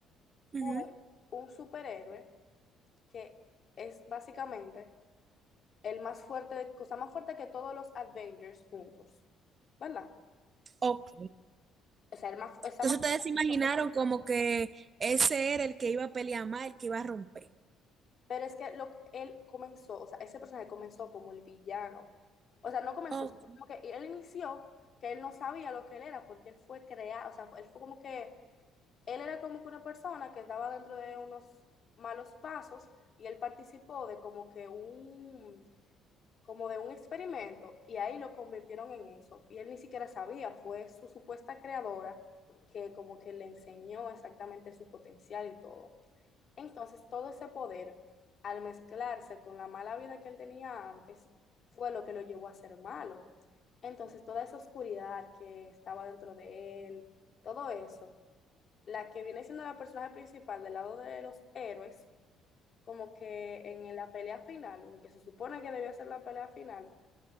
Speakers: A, on the right; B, on the left.
A: Ujú.
B: fue un superhéroe que es básicamente el más fuerte, cosa más fuerte que todos los Avengers juntos, ¿verdad?
A: Ok.
B: O sea, el más, está
A: Entonces
B: más fuerte.
A: ustedes se imaginaron como que ese era el que iba a pelear más, el que iba a romper.
B: Pero es que lo, él comenzó, o sea, ese personaje comenzó como el villano. O sea, no comenzó,
A: Ok.
B: sino como que él inició que él no sabía lo que él era porque él fue creado, o sea, él fue como que, él era como que una persona que estaba dentro de unos malos pasos y él participó de como que un, como de un experimento y ahí lo convirtieron en eso. Y él ni siquiera sabía, fue su supuesta creadora que como que le enseñó exactamente su potencial y todo. Entonces, todo ese poder, al mezclarse con la mala vida que él tenía antes, fue lo que lo llevó a ser malo. Entonces, toda esa oscuridad que estaba dentro de él, todo eso, la que viene siendo la personaje principal del lado de los héroes, como que en la pelea final, lo que se supone que debió ser la pelea final,